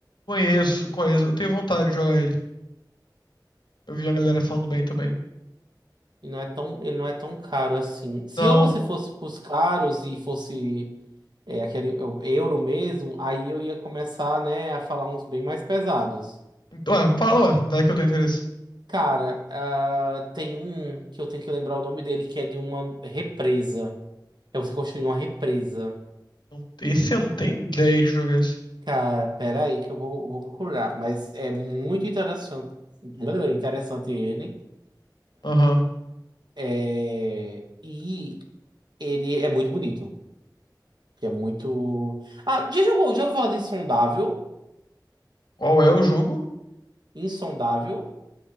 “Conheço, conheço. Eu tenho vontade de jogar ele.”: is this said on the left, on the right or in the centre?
Left